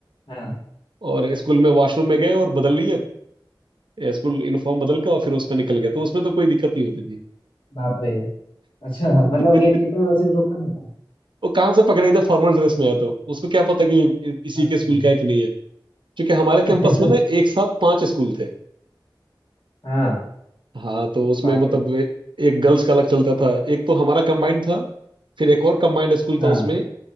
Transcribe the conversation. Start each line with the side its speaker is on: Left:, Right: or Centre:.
Left: हाँ
Right: और स्कूल में वॉशरूम में गए और बदल लिए स्कूल यूनिफॉर्म बदल के और फिर उसमें निकल गए तो उसमें तो कोई दिक्कत नहीं होती थी
Left: बाप रे अच्छा मतलब
Right: <laughs>
Left: गेट कीपर वैसे रोकता नहीं था
Right: वो कहाँ से पकड़े गए थे फॉर्मल ड्रेस में है तो उसको क्या पता कि इसी
Left: अच्छा
Right: के स्कूल का है कि नहीं है क्योंकि हमारे
Left: <laughs>
Right: कैंपस में ना एक साथ पांच स्कूल थे
Left: हाँ
Right: हाँ तो उसमें
Left: बाप
Right: मतलब
Left: रे
Right: ए- एक गर्ल्स का अलग चलता था एक तो हमारा कंबाइंड था फिर एक और कंबाइंड स्कूल
Left: हाँ
Right: था उसमें